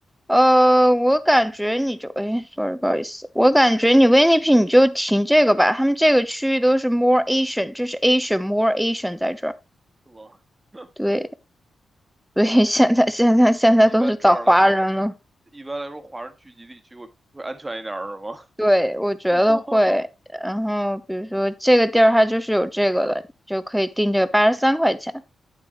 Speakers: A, in the centre; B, on the right.
A: 呃，我感觉你就，哎，sorry，不好意思，我感觉你温尼 n 你就停这个吧，他们这个区域都是 more Asian，这是 Asian more Asian 在这儿，
B: 是吗？<laughs>
A: 对，所以现在现在现在都是找华人了，
B: 一般这样来说，一般来说，华人聚集地区会会安全一点儿，是吗？
A: 对，我觉得会。
B: <laughs>
A: 然后比如说这个地儿它就是有这个了，就可以定这个八十三块钱，